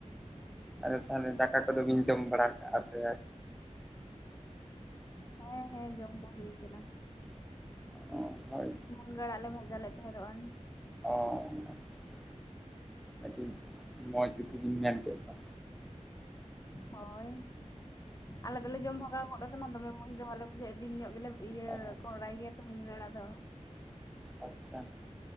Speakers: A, in the centre; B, on the left (about 25°).
A: ᱟᱫᱚ ᱛᱟᱦᱚᱞᱮ ᱫᱟᱠᱟ ᱠᱚᱫᱚ ᱵᱤᱱ ᱡᱚᱢ ᱵᱟᱲᱟ ᱠᱟᱜᱼᱟ ᱥᱮ
B: ᱦᱮᱸ ᱦᱮᱸ ᱡᱚᱢ ᱠᱚ ᱦᱩᱭ ᱟᱠᱟᱱᱟ
A: ᱚ ᱦᱳᱭ
B: ᱢᱩᱱᱜᱟᱹᱟᱹᱲᱟᱜ ᱞᱮ ᱵᱷᱟᱡᱟ ᱞᱮᱫ ᱛᱟᱦᱮᱸᱫᱚᱜᱼᱟ
A: ᱚ ᱟᱪᱪᱷᱟ ᱟᱰᱤ ᱢᱚᱡ ᱜᱮᱛᱳ ᱢᱮᱱ ᱠᱮᱫ ᱫᱚ
B: ᱦᱳᱭ ᱟᱞᱮ ᱫᱚᱞᱮ ᱡᱚᱢ ᱵᱷᱟᱜᱟᱣ ᱜᱚᱫ ᱟᱠᱟᱱᱟ ᱫᱚᱢᱮ ᱢᱚᱸᱡᱽ ᱫᱚ ᱵᱟᱞᱮ ᱵᱩᱡᱷᱟᱹᱜᱣᱼᱟ ᱫᱤᱱ ᱧᱚᱜ ᱜᱮᱞᱮ ᱤᱭᱟᱹ
A: ᱚ
B: ᱠᱚᱲᱟᱭ ᱜᱮᱛ ᱢᱩᱱᱜᱟᱹ ᱟᱲᱜ ᱫᱚ
A: ᱟᱪᱪᱷᱟ